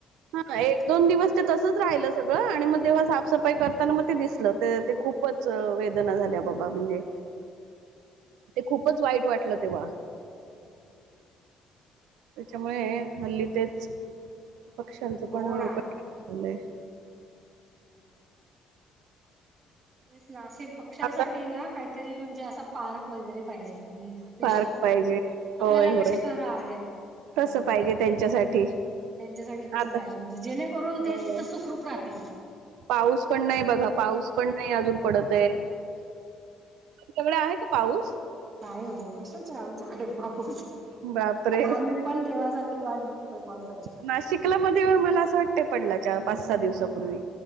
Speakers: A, on the right; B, on the right.
A: हा एक दोन
B: हो.
A: दिवस ते तसच राहिलं सगळं आणि मग जेव्हा साफसफाई करताना मग ते दिसलं ते ते खूपच वेदना झाल्या बाबा. म्हणजे ते खूपच वाईट वाटलं तेव्हा
B: हम्.
A: त्याच्यामुळे हे हल्ली तेच पक्ष्यांचं
B: हो
A: पण अं झालंय
B: हम्म तेच ना असे पक्ष्यांसाठी
A: आता
B: ना काहीतरी म्हणजे असा पार्क वगैरे पाहिजे. स्पेशल
A: पार्क पाहिजे.
B: आपल्याला
A: होय, होय.
B: कसे घर आहेत. आपण घरांमध्ये
A: तसं पाहिजे
B: राहतो.
A: त्यांच्यासाठी.
B: अं त्यांच्यासाठी तसं
A: आता
B: पाहिजे. म्हणजे जेणेकरून
A: हो.
B: ते तिथं सुखरूप राहतील.
A: पाऊस पण नाही बघा, पाऊस पण नाही अजून पडत आहे. तुमच्याकडे आहे का पाऊस
B: नाही हो कशाच आहे आमच्याकडे पाऊ
A: बापरे!
B: आम्ही पण देवासारखी वाट बघतोय पावसाची
A: नाशिकला मला असं वाटतंय पडलाय चार पाच सहा दिवसाांपूर्वी.